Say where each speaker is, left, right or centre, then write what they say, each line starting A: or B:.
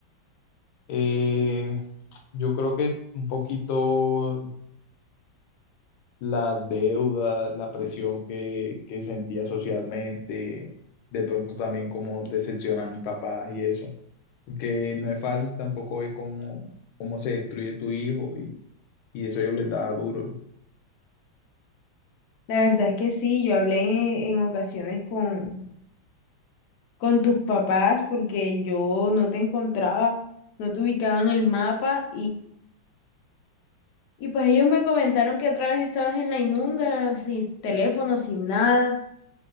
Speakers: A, on the left; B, on the left.
A: Eh, yo creo que un poquito la deuda, la presión que, que sentía socialmente, de pronto también como decepcionar a mis papás y eso, que no es fácil tampoco ver cómo, cómo se destruye tu hijo y, y eso yo les daba duro.
B: La verdad es que sí, yo hablé en, ocasiones con, con tus papás porque yo no te encontraba, no te ubicaba en el mapa Y pues ellos me comentaron que otra vez estabas en la inmunda, sin teléfono, sin nada,